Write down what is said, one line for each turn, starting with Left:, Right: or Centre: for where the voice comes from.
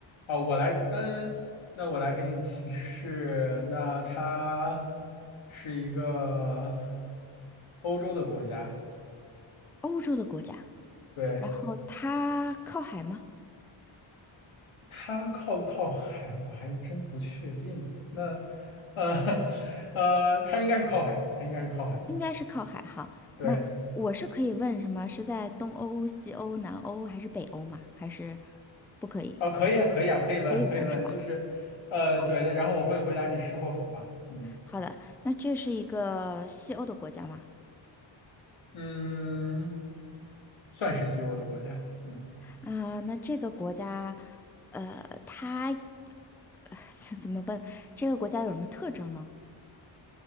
Left: 哦，我来，嗯，那我来给你提示，那它是一个欧洲的国家，
Centre: 欧洲的国家，
Left: 对，
Centre: 然后它靠海吗？
Left: 它靠不靠海，我还真不确定啊。那，呃，<laughs> 呃，它应该是靠海的，它应该是靠海的。
Centre: 应该是靠海哈。
Left: 对，
Centre: 那我是可以问什么？是在东欧、西欧、南欧还是北欧吗？还是不可以？
Left: 啊，可以啊，可以啊，可以问，
Centre: 可以问是吧？
Left: 可以问，就是，呃，
Centre: 好，
Left: 对的。然后我会回答你是或否吧。嗯
Centre: 好的，那这是一个西欧的国家吗？
Left: 嗯，算是西欧的国家。嗯，
Centre: 啊，那这个国家，呃，它呃 <laughs> 怎么问？这个国家有什么特征呢？